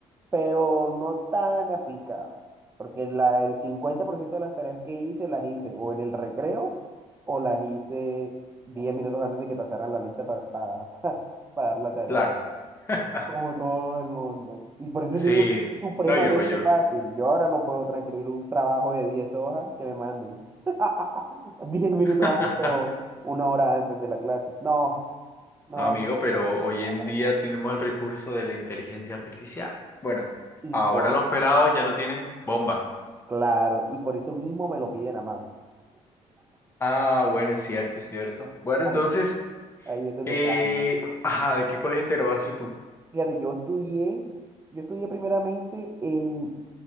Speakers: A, on the right (about 20°); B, on the left (about 20°).
A: pero no tan aplicado, porque la, el 50% de las tareas que hice las hice o en el recreo o las hice 10 minutos antes de que pasaran la lista para, para, <laughs> para dar la tarea,
B: Claro. <laughs>
A: como todo el mundo. Y por eso
B: Sí.
A: te digo que es supremamente
B: No, yo, yo.
A: fácil. Yo ahora no puedo transcribir un trabajo de 10 hojas que me manden <laughs> 10 minutos
B: <laughs>
A: antes o una hora antes de la clase. No, no,
B: No, amigo,
A: no,
B: pero
A: no,
B: hoy
A: no,
B: en
A: para
B: día
A: nada.
B: tenemos el recurso de la inteligencia artificial. Bueno,
A: Y
B: ahora
A: por,
B: los pelados ya lo tienen bomba.
A: claro, y por eso mismo me lo piden a mano.
B: Ah, bueno, es cierto, es cierto. Bueno,
A: <laughs>
B: entonces,
A: Ahí es donde
B: eh,
A: cambia.
B: ajá, ¿de qué colegio te graduaste tú?
A: Fíjate, yo estudié, yo estudié primeramente en,